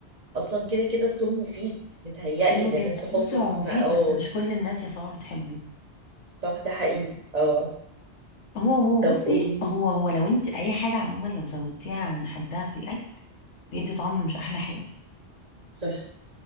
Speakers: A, on the right; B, on the left.
A: اصلا كده كده التوم مفيد متهيألي
B: حلو
A: ان
B: جدا
A: الناس تحطه
B: بصي هو
A: في
B: مفيد
A: اه
B: بس مش كل الناس يا صباح بتحبه
A: صح ده حقيقي اه
B: هو هو
A: طب
B: بصي
A: قولي
B: هو هو لو انت اي حاجه عموما لو زودتيها عن حدها في الاكل بيدي طعم مش احلى حاجه
A: صح